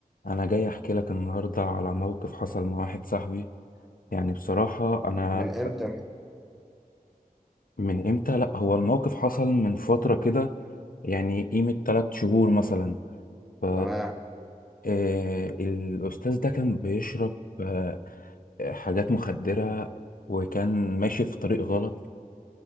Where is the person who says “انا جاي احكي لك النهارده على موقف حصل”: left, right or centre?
Left